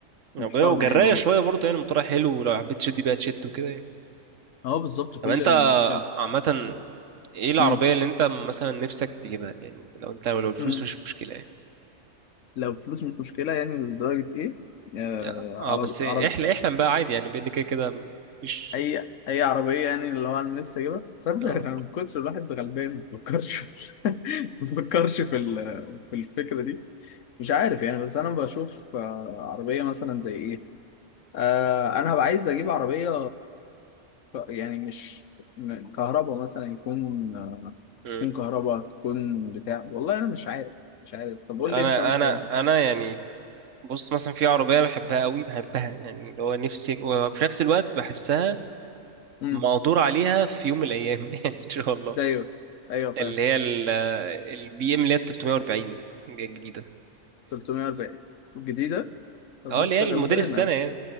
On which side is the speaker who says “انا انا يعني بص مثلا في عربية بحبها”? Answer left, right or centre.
Right